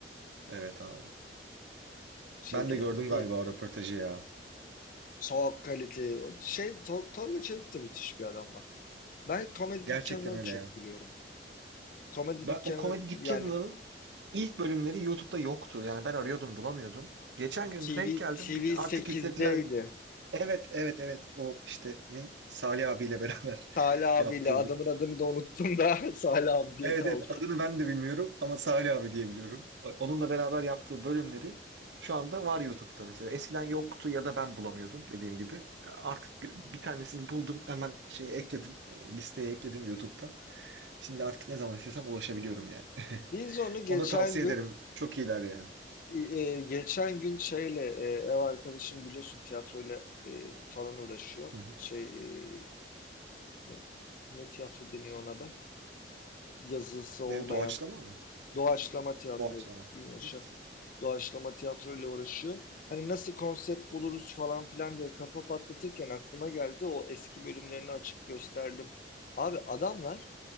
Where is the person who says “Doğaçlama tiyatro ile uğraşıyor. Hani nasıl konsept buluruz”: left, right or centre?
Left